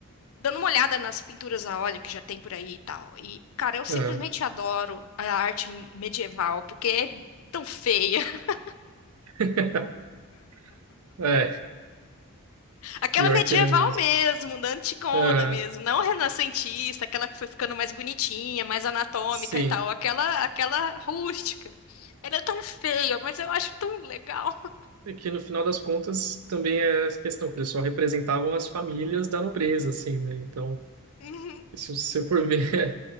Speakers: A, on the left; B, on the right.
A: dando uma olhada nas pinturas a óleo que já tem por aí e tal. E, cara, eu simplesmente
B: aham.
A: adoro a arte medieval, porque é tão feia. <laughs>
B: <laughs> É,
A: Aquela
B: pior
A: medieval
B: que é mesmo.
A: mesmo, da antigona
B: Aham,
A: mesmo, não renascentista, aquela que foi ficando mais bonitinha, mais anatômica
B: sim.
A: e tal, aquela aquela rústica. Ela é tão feia, mas eu acho tão legal. <laughs>
B: E que no final das contas também é essa questão, que eles só representavam as famílias da nobreza, assim, né? Então,
A: Uhum,
B: se você for ver